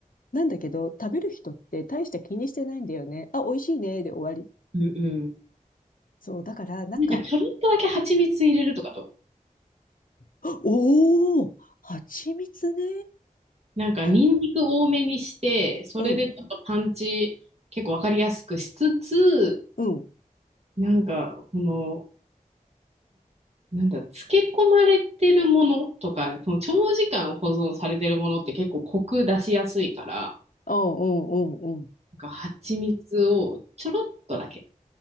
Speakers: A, on the left; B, on the right.
A: なんだけど、食べる人って大した気にしてないんだよね。あ、美味しいね、で終わり。
B: うん、うん。
A: そう、だから、なんか、
B: なんかちょろっとだけ蜂蜜入れるとかと。
A: おー、蜂蜜ね。
B: なんかニンニク多めにして、
A: は、
B: それでちょっとパンチ結構わかりやすくしつつ、
A: うん、うん。
B: なんかこの、なんだ、漬け込まれてるものとか、その長時間保存されてるものって結構コク出しやすいから、
A: ああ、うん、うん、うん。
B: なんか蜂蜜をちょろっとだけ、